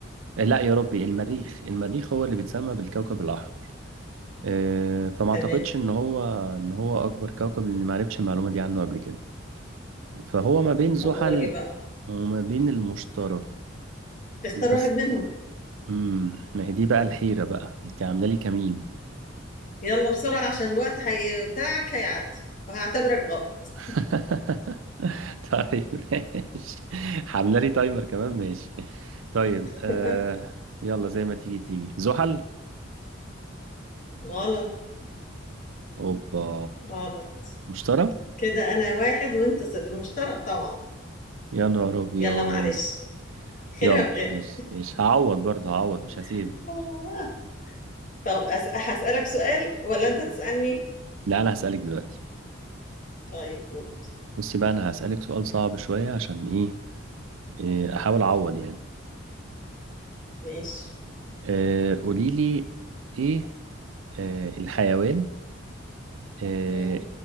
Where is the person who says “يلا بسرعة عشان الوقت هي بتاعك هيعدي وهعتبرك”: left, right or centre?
Left